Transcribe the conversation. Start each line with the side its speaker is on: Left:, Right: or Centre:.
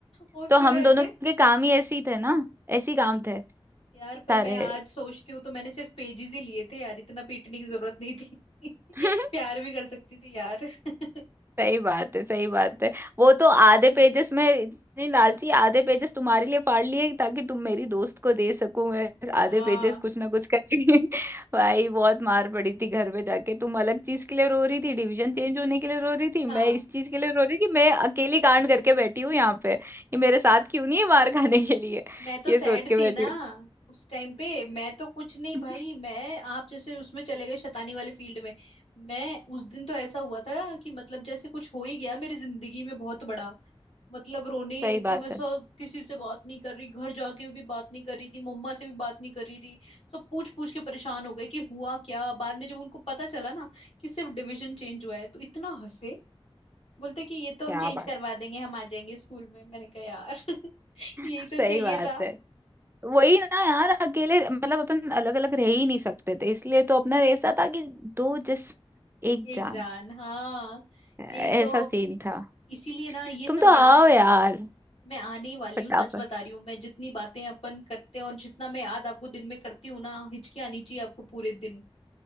Left: और फिर
Right: तो हम
Left: ऐसे
Right: दोनों के काम ही ऐसे ही थे ना ऐसे ही काम थे
Left: यार पर
Right: सारे
Left: मैं आज सोचती हूँ तो मैंने सिर्फ पेजेस ही लिए थे यार इतना पीटने की जरूरत नहीं थी <laughs>
Right: <laughs>
Left: प्यार भी कर सकती थी यार <laughs>
Right: सही बात है सही बात है वो तो आधे पेजेस में इतनी लालची आधे पेजेस तुम्हारे लिए फाड़ लिए ताकि तुम मेरी दोस्त को दे सको मैं आधे
Left: हाँ
Right: पेजेस कुछ ना कुछ करके <laughs> भाई बहुत मार पड़ी थी घर पे जाके तुम अलग चीज के लिए रो रही थी डिवीजन चेंज होने के लिए रो रही थी मैं
Left: हाँ
Right: इस चीज के लिए रो रही कि मैं अकेली कांड करके बैठी हूँ यहाँ पे ये मेरे साथ क्यों नहीं है मार खाने के लिए
Left: मैं तो
Right: ये
Left: सैड
Right: सोच के
Left: थी
Right: बैठी
Left: ना उस टाइम पे मैं तो कुछ नहीं
Right: हूँ
Left: भाई
Right: <laughs>
Left: मैं आप जैसे उसमें चले गए शैतानी वाले फील्ड में मैं उस दिन तो ऐसा हुआ था कि मतलब जैसे कुछ हो ही गया मेरी जिंदगी में बहुत बड़ा मतलब रोने
Right: सही
Left: एकदम
Right: बात
Left: ऐसा
Right: है
Left: किसी से बात नहीं कर रही घर जाके भी बात नहीं कर रही थी मम्मा से भी बात नहीं कर रही थी सब पूछ पूछ के परेशान हो गए कि हुआ क्या बाद में जब उनको पता चला ना कि सिर्फ डिविजन चेंज हुआ है तो इतना हंसे बोलते कि ये तो हम
Right: क्या
Left: चेंज
Right: बात
Left: करवा देंगे हम आ जाएंगे स्कूल में मैंने कहा यार <laughs>
Right: है,
Left: यही तो
Right: सही
Left: चाहिए
Right: बात
Left: था
Right: है वही ना यार अकेले मतलब अपन अलग अलग रह ही नहीं सकते थे इसलिए तो अपना ऐसा था कि दो जिस्म एक
Left: एक
Right: जान
Left: जान हाँ
Right: ऐसा
Left: यही तो
Right: सीन था
Left: इसीलिए ना ये सब
Right: तुम तो
Left: याद
Right: आओ यार
Left: मैं आने ही वाली
Right: फटाफट
Left: हूँ सच बता रही हूँ मैं जितनी बातें अपन करते हैं और जितना मैं याद आपको दिन में करती हूँ ना हिचकी आनी चाहिए आपको पूरे दिन